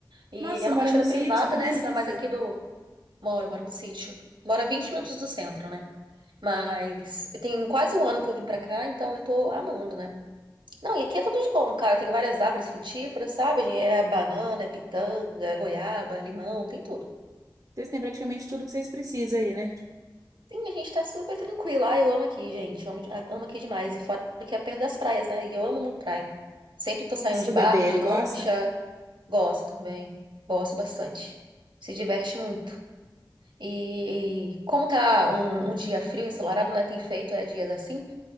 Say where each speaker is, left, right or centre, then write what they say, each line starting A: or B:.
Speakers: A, on the right (about 80°); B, on the right (about 50°).
A: E
B: Nossa, você
A: é uma
B: mora
A: cachoeira
B: num sítio,
A: privada,
B: que
A: né?
B: delícia!
A: Mas aqui do, Moro, moro no sítio. Moro a 20 minutos do centro, né? Mas tem quase um ano que eu vim pra cá, então eu tô amando, né? Não, e aqui é tudo de bom, cara. Tem várias árvores frutíferas, sabe? É banana, é pitanga, é goiaba, limão, tem tudo.
B: Vocês têm praticamente tudo que vocês precisam aí, né?
A: Sim, a gente tá super tranquilo. Ah, eu amo aqui, gente. Eu Amo, de- ah, amo aqui demais. E fora que é perto das praias, né? E eu amo muito praia. Sempre tô saindo
B: E seu
A: de barco,
B: bebê, ele
A: de lancha.
B: gosta?
A: Gosto também. Gosto bastante. Se diverte muito. E como tá um, um dia frio, ensolarado, né? Tem feito, é dias assim.